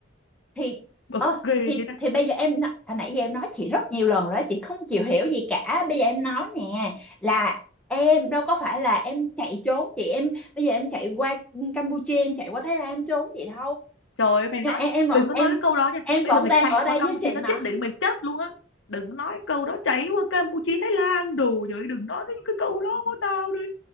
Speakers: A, in the centre; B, on the left (about 70°).
A: thì
B: bực
A: ờ
B: ghê
A: thì
B: chứ
A: thì bây giờ em n- hồi nãy giờ em nói chị rất nhiều lần rồi đó chị không chịu hiểu gì cả bây giờ em nói nè là em đâu có phải là em chạy trốn chị em bây giờ em chạy qua Campuchia em chạy qua Thái Lan em trốn chị đâu
B: Trời ơi mày nói
A: nhưng mà em em vẫn
B: đừng có
A: em
B: nói cái câu đó nha
A: em
B: Bây
A: vẫn
B: giờ mày
A: đang
B: chạy
A: ở
B: qua
A: đây
B: Campuchia
A: với chị
B: nó
A: mà
B: chết đến mày chết luôn á Đừng có nói câu đó chạy qua Campuchia Thái Lan đồ vậy Đừng nói cái, cái câu đó của tao đi